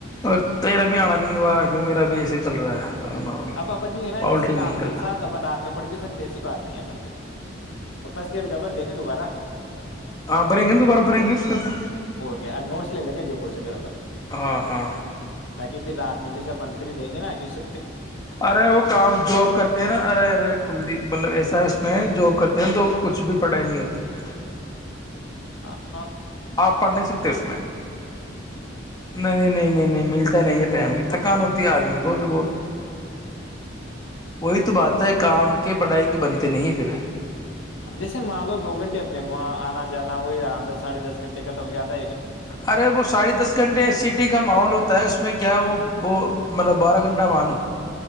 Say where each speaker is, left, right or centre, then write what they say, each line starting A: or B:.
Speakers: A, on the left; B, on the left.
A: اور تیرا بھی آنا نہیں ہواار پھر میرا بھی ایسے ہی چل رہا ہے ماحول
B: اپ اپن ہے نا
A: ماحول
B: کسی
A: ٹھیک
B: کام
A: نہیں کرے
B: کے
A: گا
B: ساتھ اپن رات میں پڑھ بھی سکتے ہیں ایسی بات نہیں ہے اپن اوکے تو پسٹ گبر دیں گے دوبارہ
A: ہاں بھریں گے نا دوبارہ بھریں گے اس کا تو
B: گ نوٹس لے لیں گے جے پور سے پھر اپن
A: ہاں ہاں
B: تاکہ رات میں جیسے پنپت دیں گےا کہش
A: ارے وہ کام جاب کرتے
B: گے
A: ہیں نا ارے ارے کلدی مطلب ایسا ہے اس میں جاب کرتے ہیں تو کچھ بھی پڑھائی نہیں ہوتی تھی
B: آ
A: آپ پڑھ نہیں سکتے اس میں نہیں نہیں نہیں نہیں نہیں ملتا نہیں ہے ٹائم کی تھکان ہوتی ہے آدمی کو جو ب وہی تو بات ہے کام کے پڑھائی کے بنتے نہیں پھر
B: جیسے مان لو نو گھنٹے اپنے وہاں آنا جانا وہ آ دس ساڑھے دس گھنٹے ختمیادا
A: ارے وہ ساڑھے دس گھنٹے سٹی کا ماحول ہوتا ہے اس میں کیا وہ وہ مطلب بارہ گھنٹہ
B: ہ
A: مان